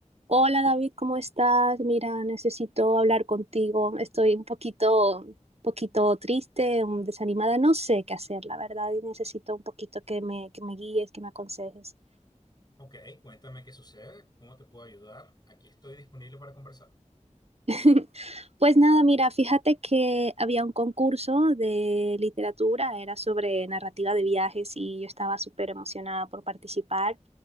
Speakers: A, on the right (about 55°); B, on the left (about 35°).
A: Hola David, ¿cómo estás? Mira, necesito hablar contigo. Estoy un poquito, poquito triste, um, desanimada. No sé qué hacer, la verdad, y necesito un poquito que me, que me guíes, que me aconsejes.
B: Ok, cuéntame qué sucede, cómo te puedo ayudar. Aquí estoy disponible para conversar.
A: <laughs> Pues nada, mira, fíjate que había un concurso de literatura, era sobre narrativa de viajes y yo estaba súper emocionada por participar.